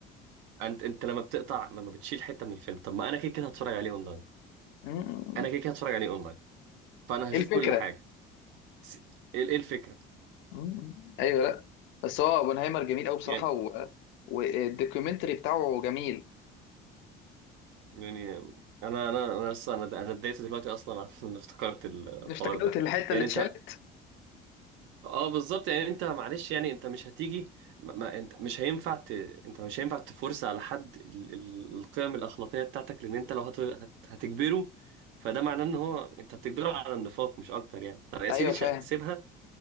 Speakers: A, on the right; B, on the left.
A: انت انت لما بتقطع لما بتشيل حته من الفيلم طب ما انا كده كده هتفرج عليه اونلاين
B: مم.
A: انا كده كده هتفرج عليه اونلاين فانا هشوف
B: ايه الفكره
A: كل حاجه س- ايه ايه الفكره
B: مم. ايوه لا بس هو اوبنهايمر جميل قوي بصراحه
A: يعني
B: و... والدوكيومنتري بتاعه جميل
A: يعني انا انا انا اصلا انا انا اتضايقت دلوقتي اصلا <laughs> عشان افتكرت الحوار
B: افتكرت
A: ده
B: الحته
A: يعني
B: اللي اتشالت
A: انت اه بالظبط يعني انت معلش يعني انت مش هتيجي ما ما- انت مش هينفع ت... انت مش هينفع تفرس على حد ال... ال- القيم الاخلاقيه بتاعتك لان انت لو هت... هت... هتجبره فده معناه ان هو انت بتجبره على النفاق مش اكتر يعني طب يا
B: ايوه
A: سيدي
B: فاهم
A: ش... سيبها